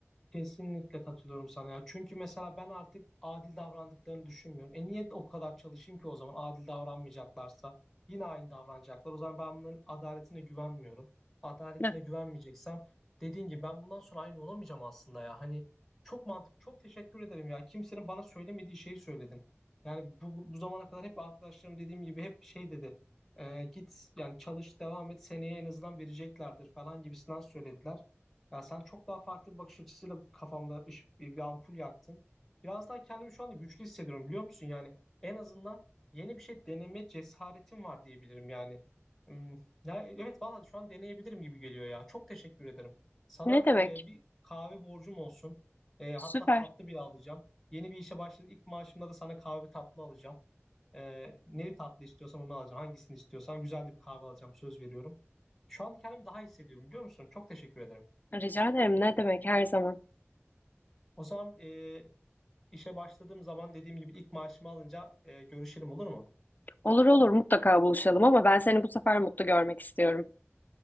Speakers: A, in the centre; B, on the left.
A: Kesinlikle katılıyorum sana ya. Çünkü mesela ben artık adil davrandıklarını düşünmüyorum. E niye o kadar çalışayım ki o zaman adil davranmayacaklarsa yine aynı davranacaklar. O zaman ben bunların adaletine güvenmiyorum. Adaletine
B: Ne,
A: güvenmeyeceksem dediğin gibi ben bundan sonra aynı olamayacağım aslında ya. Hani çok mantıklı. Çok teşekkür ederim ya. Kimsenin bana söylemediği şeyi söyledin. Yani bu, bu zamana kadar hep arkadaşlarım dediğim gibi hep şey dedi. E, git yani çalış devam et seneye en azından vereceklerdir falan gibisinden söylediler. Yani sen çok daha farklı bir bakış açısıyla kafamda ışık, bir, bir ampul yaktın. Biraz daha kendimi şu anda güçlü hissediyorum biliyor musun? Yani en azından yeni bir şey deneme cesaretim var diyebilirim yani. Hmm, ya, evet vallahi şu an deneyebilirim gibi geliyor ya. Çok teşekkür ederim. Sana
B: ne demek?
A: e, bir kahve borcum olsun. E, hatta
B: Süper.
A: tatlı bile alacağım. Yeni bir işe başladım. İlk maaşımda da sana kahve tatlı alacağım. E, neli tatlı istiyorsan onu alacağım. Hangisini istiyorsan güzel de bir kahve alacağım. Söz veriyorum. Şu anda kendimi daha iyi hissediyorum biliyor musun? Çok teşekkür ederim.
B: Rica ederim. Ne demek her zaman.
A: O zaman e, işe başladığım zaman dediğim gibi ilk maaşımı alınca e, görüşelim olur mu?
B: Olur olur mutlaka buluşalım ama ben seni bu sefer mutlu görmek istiyorum.